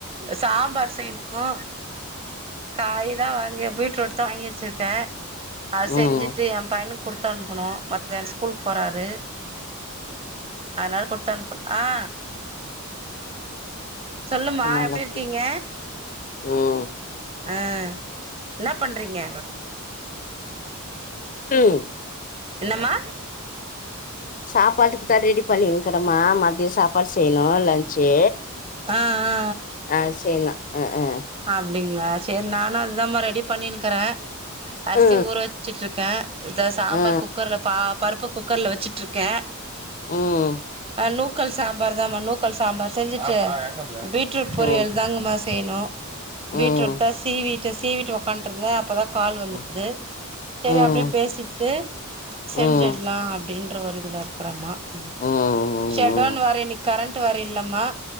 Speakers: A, on the right (about 25°); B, on the left (about 35°).
A: அ சாம்பார் செய்யணு காயிதா வாங்க பீட்ரூட்டு்தா வாங்கி வச்சிருக்கே அது செஞ்சுட்டு
B: ம்
A: எ பையனுக் குடுத்தனுப்பனு மத்யானோ ஸ்கூல் போறாரு அதனால குடுத்த அனுப் ஆ சொல்லுமா
B: நல்லாக்குது
A: எப்டிருக்கீங்க
B: ம்
A: ஆ என்ன பண்றீங்க
B: ம்
A: என்னமா
B: சாப்பாட்டுக்கு தா ரெடி பண்ணின்ருக்கறம்மா மதியோ சாப் சாப்பாடு செய்யணு லன்ச்சு
A: ஆ ஆ
B: ஆ செய்யணு ஆ ஆ
A: அப்டிங்களா சேரி நானு அதுதாமா ரெடி பண்ணின்னுக்குறே அரிசி
B: அ
A: ஊற வச்சுட்டுருக்க இத சாம்பார்
B: அ
A: குக்கர்ல பா பருப்பு குக்கர்ல வச்சு ட்ருக்கே
B: ம்
A: ஆ நூக் கல் சாம்பார் தாம்மா நூக்கல் சாம்பார் செஞ்சுட்டு பீட்ரூட் பொரியல்
B: ஆ
A: தாங்கம்மா செய்யணு
B: ம்
A: பீட்ரூட் தா சீ வீட்டு சீ வீட்டு ஒக்காட்டுருந்தே அப்போதா கால் வந்தது
B: ம் ம்
A: செரி
B: ம்
A: அப்டியே பேசிட்டு செஞ்சிர்லா
B: ம் ம்
A: அப்டின்ற ஒரு இதுலருக் கறமா ம்
B: ம்
A: ஷடவுன்
B: ம்
A: வேர இன்னைக்கி கரண்ட் வேர இல்லம்மா